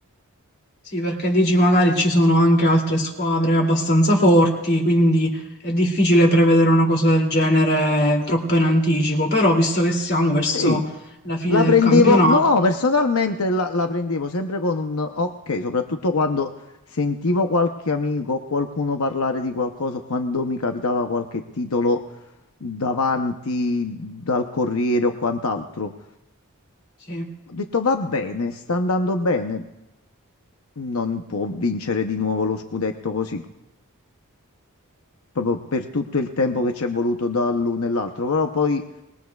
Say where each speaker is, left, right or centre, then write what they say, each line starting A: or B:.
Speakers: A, on the left; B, on the left.
A: Sì, perché dici magari ci sono anche altre squadre abbastanza forti, quindi è difficile prevedere una cosa del genere troppo in anticipo, però visto che siamo verso
B: Sì.
A: la fine
B: La
A: del
B: prendevo,
A: campionato,
B: no, personalmente la, la prendevo sempre con un ok, soprattutto quando sentivo qualche amico o qualcuno parlare di qualcosa, o quando mi capitava qualche titolo davanti dal Corriere o quant'altro.
A: sì,
B: Ho detto va bene, sta andando bene, non può vincere di nuovo lo scudetto così. proprio per tutto il tempo che ci è voluto dall'uno e l'altro, però poi